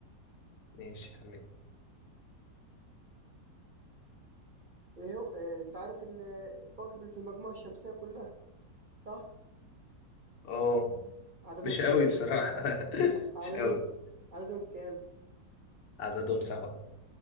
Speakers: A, on the left; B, on the right.
A: ماشي تمام
B: ايه هو إيه انت عارف ال- الكواكب اللي في المجموعة الشمسية كلها صح
A: اه
B: عددهم
A: مش قوي
B: كام
A: بصراحة <laughs>
B: عددهم
A: مش قوي
B: عددهم كام
A: عددهم سبعة